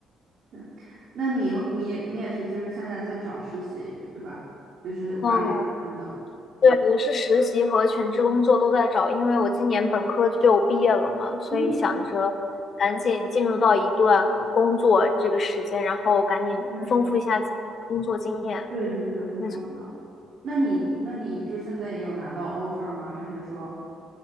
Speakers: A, on the right (about 50°); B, on the left (about 40°).
A: 是。那你你你也是，就是现在在找实习，对吧？就是法律相关的，
B: 嗯，对，我是实习和全职工作都在找，因为我今年本科就毕业了嘛，所以想着赶紧进入到一段工作这个时间，
A: 嗯，
B: 然后赶紧丰富一下自己的工作经验。
A: 对，对对对，很重要。
B: 没错。
A: 那你那你就是现在也有拿到 offer 吗？还是说？